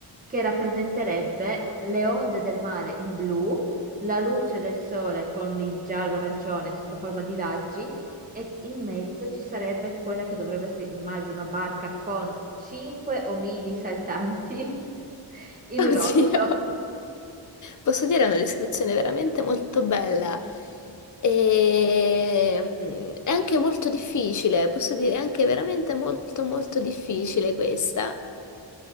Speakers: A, on the right; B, on the left.
A: che rappresenterebbe le onde del mare in blu, la luce del sole con il giallo-arancione sotto forma di raggi e in mezzo ci sarebbe quella che dovrebbe essere, immagino, una barca con cinque omini saltanti <laughs> in
B: <laughs> Oddio.
A: rosso.
B: Posso dire, è una descrizione veramente molto bella. E... mm, È anche molto difficile, posso dire, è anche veramente molto, molto difficile questa.